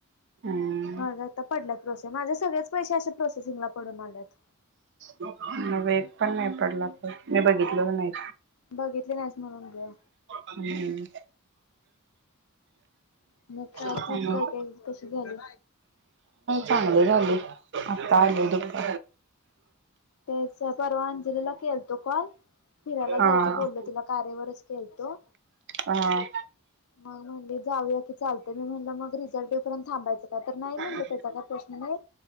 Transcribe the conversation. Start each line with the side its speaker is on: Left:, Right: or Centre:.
Right: हम्म
Left: हा जातता पडलात प्रोसे माझे सगळेच पैसे अस प्रोसेसिंग ला पडून आल्यात
Right: म वेग पण नाही पडला तर मी बघितलं तर नाही
Left: बघितले नाहीच म्हणून ग
Right: हम्म
Left: मग काय
Right: मग
Left: टिप काय काय कस झालं
Right: चांगलं चांगू आतालो तु प
Left: तेच परवा अंजलीला केलतो कॉल फिरायला
Right: हा
Left: जायच बोलल तिला कार्यावरच केलतो
Right: हा
Left: मग म्हणले जाऊया की चालत मी म्हणल मग रिझल्टपर्यंत थांबायचं का तर नाही म्हणलं
Right: मग
Left: त्या जागा प्रचण नाही